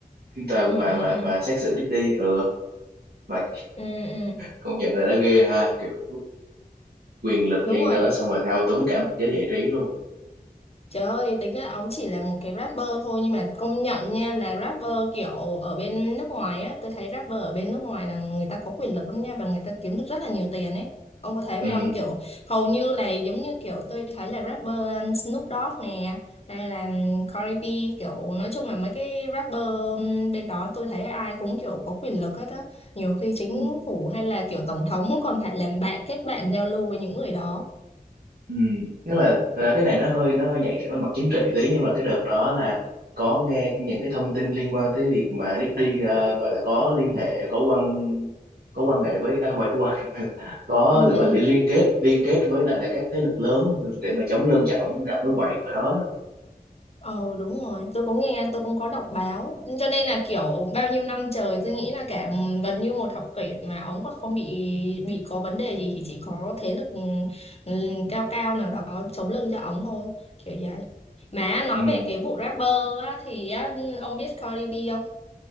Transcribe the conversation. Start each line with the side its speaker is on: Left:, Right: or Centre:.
Right: phiên tòa mà
Left: ừ ừ
Right: mà
Left: ừ
Right: mà xét xử Diddy ừ mà
Left: ừ ừ
Right: công nhận là đã ghê ha kiểu quyền lực
Left: đúng
Right: liên
Left: rồi
Right: đới xong rồi thao túng cả một giới giải trí luôn
Left: Trời ơi, tính ra ông chỉ là một cái rapper thôi nhưng mà công nhận nha là rapper kiểu ở bên nước ngoài á, tôi thấy rapper ở bên nước ngoài là người ta có quyền lực lắm nha và người ta kiếm được rất là nhiều tiền ấy. Ông có thấy
Right: ừ
Left: vậy không? Kiểu hầu như là giống như kiểu tôi thấy là rapper um, Snoop Dogg nè hay là um, Cardi B kiểu nói chung là mấy cái rapper um, bên đó tôi thấy ai cũng kiểu có quyền lực hết á. Nhiều khi chính
Right: Ừ.
Left: phủ hay là kiểu tổng thống cũng còn phải làm bạn kết bạn giao lưu với những người đó.
Right: ừ nhưng mà thật ra cái này nó hơi nó hơi nhạy cảm với mặt chính trị tí nhưng mà cái đợt đó là có nghe những cái thông tin liên quan tới việc mà Diddy ờ, gọi là có liên hệ có quan có quan hệ với à, không phải có quan hệ <laughs> mà là có
Left: <laughs>
Right: gọi là liên kết liên kết với lại là các thế lực lớn để mà chống lân cho ổng rộng cái quậy của đó đó
Left: Ờ đúng rồi, tôi cũng nghe, tôi cũng có đọc báo. Cho nên là kiểu bao nhiêu năm trời tôi nghĩ là cả gần như một thập kỷ mà ống còn không bị bị có vấn đề gì thì chỉ có thế lực ừ, cao cao nào đó chống lưng cho ống thôi, kiểu vậy. Mà nói
Right: ừ
Left: về cái vụ rapper á, thì á, ông biết Cardi B không?